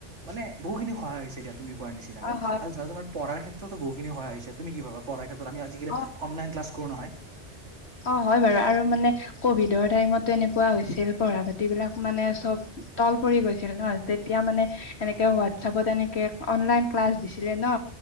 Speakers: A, on the right; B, on the left.
A: মানে। বহুখিনি সায় হৈছেতিয়া তুমি ক নিচিনাকৈ
B: অ', হয়।
A: আৰু ধৰা তোমাৰ পঢ়াৰ ক্ষেততো বহুখিনি সায় হৈছে তুমি কি পঢ়াৰ ক্ষেতত। আমি আজিকালি
B: অ',
A: অনলাইন ক্লাছ কৰো নহয়।
B: অ হয় বাৰু আৰু মানে। কভিডৰ টাইমত তেনেকুৱা হৈছিল পঢ়া পাতিবিলাক মানে চব তল পৰি গৈছিল নহয় তেতিয়া। মানে এনেকে হোৱাটছএপত এনেকে অনলাইন ক্লাছ দিছিলে ন।